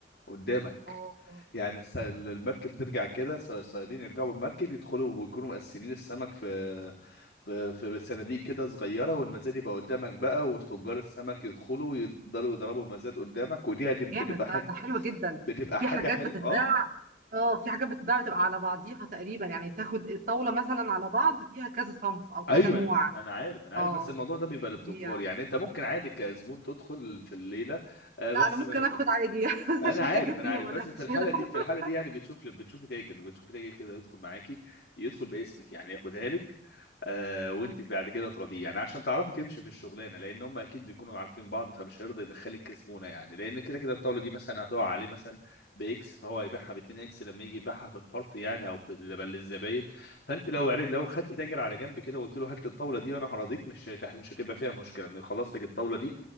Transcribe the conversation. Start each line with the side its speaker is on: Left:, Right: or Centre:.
Left: قدامك
Right: اه
Left: يعني الس- المركب ترجع كده الص- الصيادين يرجعوا بالمركب يدخلوا ويكونوا مقسمين السمك في في في صناديق كده صغيرة والمزاد يبقى قدامك بقى وتجار السمك يدخلوا يقدروا يضربوا المزاد قدامك ودي هت- بتبقى
Right: جامد
Left: حاجة
Right: ده ده حلو جدا
Left: بتبقى
Right: في
Left: حاجة
Right: حاجات
Left: حلوة
Right: بتتباع
Left: اه
Right: اه في حاجات بتتباع بتبقى على بعضيها تقريبا يعني تاخد الطاولة مثلا على بعض فيها كذا صنف او كذا
Left: ايوه
Right: نوع
Left: انا أنا عارف انا عارف
Right: اه
Left: بس الموضوع ده بيبقى للتجار
Right: فظيع
Left: يعني انت ممكن عادي كزبون تدخل في الليله آه،
Right: لا
Left: بس
Right: انا ممكن اخد عادي <laughs>
Left: انا
Right: بس مش هتاجر
Left: عارف
Right: فيهم
Left: انا عارف بس
Right: انا
Left: في
Right: هشيلهم
Left: الحاله دي
Right: <laughs>
Left: في الحاله دي يعني بتشوف بتشوف تاجر بتشوف تاجر كده يدخل معاكي يدخل باسمك يعني ياخدها لك آه وانت
Right: أمم،
Left: بعد كده تراضيه يعني عشان تعرفي تمشي في الشغلانه لان هم اكيد بيكونوا عارفين بعض فمش هيرضى يدخلك كزبونه يعني لان كده كده الطاوله دي مثلا هتقع عليه مثلا باكس فهو هيبيعها ب 2 اكس لما يجي يبيعها في الفرط يعني او في ال- للزباين فانت لو عرفت- لو خدت تاجر على جنب كده وقلت له هات لي الطاوله دي وانا هراضيك مش هت- مش هتبقى فيها مشكله انه يخلص لك الطاوله دي